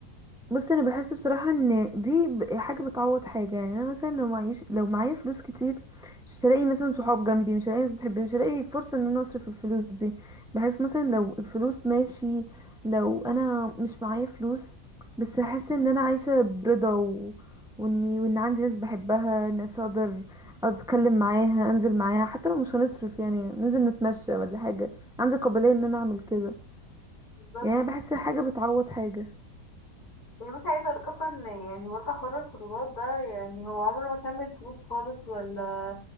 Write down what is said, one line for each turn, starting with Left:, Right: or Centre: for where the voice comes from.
Centre: بص انا بحس بصراحه ان دي ب- حاجه بتعوض حاجه يعني انا مثلا لو معيش لو معايا فلوس كتير مش هلاقي مثلا صحاب جنبي مش هلاقي ناس بتحبني مش هلاقي فرصه ان انا اصرف الفلوس دي بحس مثلا لو الفلوس ماشي لو انا مش معايا فلوس بس هحس ان انا عايشه برضا و... واني وان عندي ناس بحبها ناس اقدر اتكلم معاها انزل معاها حتى لو مش هنصرف يعني ننزل نتمشى ولا حاجه عندي قابليه ان انا اعمل كده
Left: بالظبط
Centre: يعني أنا بحس حاجه بتعوض حاجه
Left: يعني بس عايزة اقولك اصلا يعني برضه حوار الخروجات ده يعني هو عمره ما كمل فلوس خالص ولا